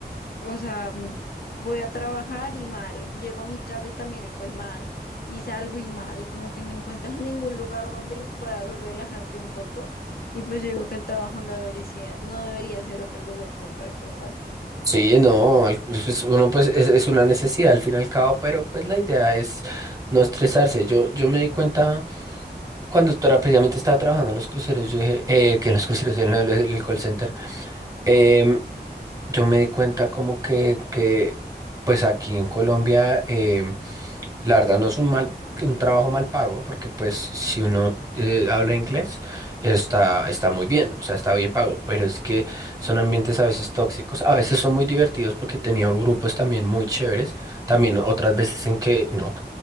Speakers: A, on the left; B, on the right.
A: o sea, mm, voy a trabajar y mal, llego a mi casa y también estoy mal, y salgo y mal, como que no encuentras <laughs> ningún lugar donde puedas relajarte un poco. Y pues yo digo que el trabajo no debería, no debería ser otro lugar como para estresarte.
B: Sí, no, al- pues, pues, uno pues es, es una necesidad al fin y al cabo, pero pues la idea es no estresarse. Yo, yo me di cuenta cuando estaba- precisamente estaba trabajando en los cruceros, yo dije, eh, que en los cruceros, en el, el call center, em, yo me di cuenta como que, que pues aquí en Colombia em, La verdad no es un mal, un trabajo mal pago, porque pues si uno eh, habla inglés, está, está muy bien, o sea, está bien pago, pero es que son ambientes a veces tóxicos, a veces son muy divertidos porque he tenido grupos también muy chéveres, también otras veces en que no,